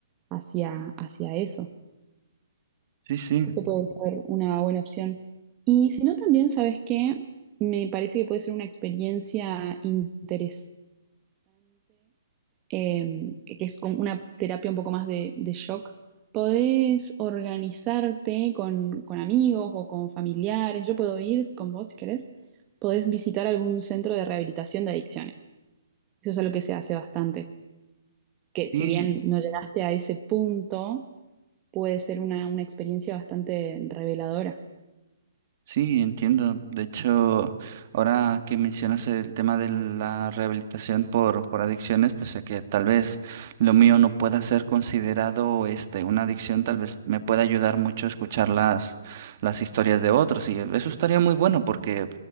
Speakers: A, on the right; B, on the right.
A: hacia, hacia eso.
B: Sí, sí.
A: Eso puede ser una buena opción. Y si no, también, ¿sabes qué? Me parece que puede ser una experiencia interesante, eh, que es como una terapia un poco más de, de shock. Podés organizarte con, con amigos o con familiares. Yo puedo ir con vos si querés. Podés visitar algún centro de rehabilitación de adicciones. Eso es algo que se hace bastante. Que
B: Y
A: si bien no llegaste a ese punto, puede ser una una experiencia bastante reveladora.
B: Sí, entiendo. De hecho, ahora que mencionas el tema de la rehabilitación por, por adicciones, pues sé que tal vez lo mío no pueda ser considerado este una adicción, tal vez me pueda ayudar mucho escuchar las, las historias de otros. Y eso estaría muy bueno porque,